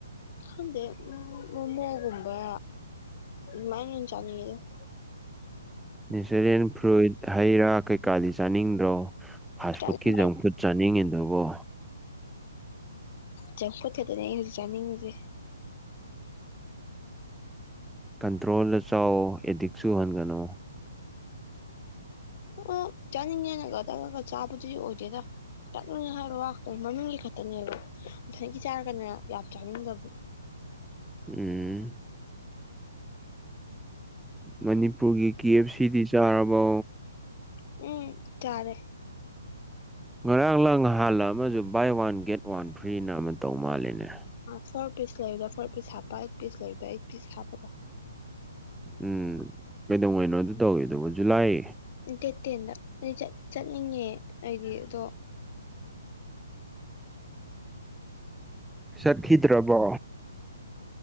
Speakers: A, on the left; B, in the centre.
A: ꯍꯗꯦ ꯎ ꯃ ꯃꯒꯨꯝꯕ ꯃ ꯆꯥꯅꯤꯡ ꯃꯔ
B: ꯅꯦꯆꯔꯦꯜ ꯐ꯭ꯔꯨꯏꯗ ꯍꯩ ꯔꯥ ꯀꯩꯀꯥꯗꯤ ꯆꯥꯅꯤꯡꯗ꯭ꯔꯣ ꯐꯥꯁ
A: ꯆꯥꯅꯤꯡꯕ
B: ꯐꯨꯗꯀꯤ ꯖꯪ ꯐꯨꯗ ꯆꯥꯅꯤꯡꯉꯤꯗꯧꯕꯣ
A: ꯆꯪꯄꯊꯗꯅꯦ ꯑꯩ ꯍꯧꯖꯤꯛ ꯆꯥꯅꯤꯡꯉꯤꯁꯦ
B: ꯀꯟꯇ꯭ꯔꯣꯜꯗ ꯆꯥꯎ ꯑꯦꯗꯤꯛꯁꯨ ꯎꯍꯟꯒꯅꯨ
A: ꯑꯣ ꯆꯥꯅꯤꯡꯉꯅꯒ ꯇꯪꯉꯒ ꯆꯥꯕꯗꯨꯗꯤ ꯑꯣꯏꯗꯦꯔ ꯆꯠꯅꯤꯡꯉ ꯍꯥꯏꯕ ꯋꯥꯛꯇ ꯃꯃꯤꯡꯒꯤ ꯈꯛꯇꯅꯦꯕ ꯊꯅꯀꯤ ꯆꯥꯔꯒꯅ ꯌꯥꯝ ꯆꯥꯅꯤꯡꯗꯕ
B: ꯎꯝ ꯃꯅꯤꯄꯨꯔꯒꯤ ꯀꯤ ꯑꯦꯐ ꯁꯤꯗꯤ ꯆꯥꯔꯕꯣ
A: ꯎꯝ ꯆꯔꯦ
B: ꯉꯔꯥꯡ ꯂꯥꯡ ꯍꯥꯥꯟꯂ ꯑꯃꯁꯨ ꯕꯥꯏ ꯋꯥꯟ ꯒꯦꯠ ꯋꯥꯟ ꯐ꯭ꯔꯤꯅ ꯑꯃ ꯇꯧ ꯃꯥꯜꯂꯦꯅꯦ
A: ꯐꯣꯔ ꯄꯤꯁ ꯂꯩꯕꯗ ꯐꯣꯔ ꯄꯤꯁ ꯍꯥꯞꯄ ꯑꯩꯠ ꯄꯤꯁ ꯂꯩꯕꯗꯣ ꯑꯩꯠ ꯄꯤꯁ ꯍꯥꯞꯄꯗꯣ
B: ꯎꯝ ꯀꯩꯗꯧꯉꯅꯣ ꯑꯗꯨ ꯇꯧꯋꯤ ꯑꯗꯨꯕꯨ ꯖꯨꯂꯥꯏ
A: ꯗꯦꯠ ꯇꯦꯟꯗ ꯑꯩ ꯆꯠꯅꯤꯡꯉꯦ ꯑꯩꯗꯤ ꯑꯗꯣ
B: ꯆꯠꯈꯤꯗ꯭ꯔꯕꯣ